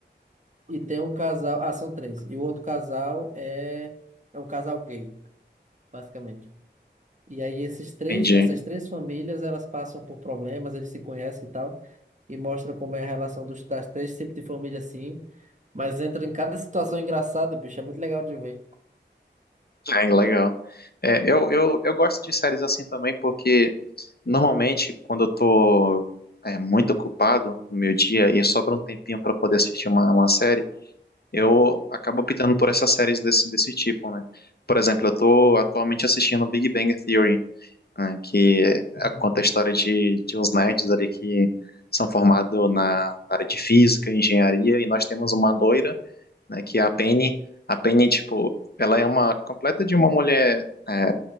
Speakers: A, on the right; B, on the left.
A: E tem um casal. Ah, são três. E o outro casal é, é um casal gay, basicamente. E aí esses três,
B: entendi.
A: essas três famílias, elas passam por problemas, eles se conhecem e tal, e mostra como é a relação dos, das três tipos de família assim, mas entra em cada situação engraçada, bicho, é muito legal de ver.
B: É, legal. É, eu, eu, eu gosto de séries assim também, porque normalmente quando eu tô é, muito ocupado no meu dia e sobra um tempinho para poder assistir uma, uma série, eu acabo optando por essas séries desse, desse tipo, né? Por exemplo, eu tô atualmente assistindo Big Bang Theory. né, que é,
A: Uhum, uhum,
B: conta a história de, de uns nerds ali que são formados na área de física, engenharia, e nós temos uma loira, né, que é a Penny. A Penny, tipo, ela é uma completa de uma mulher é,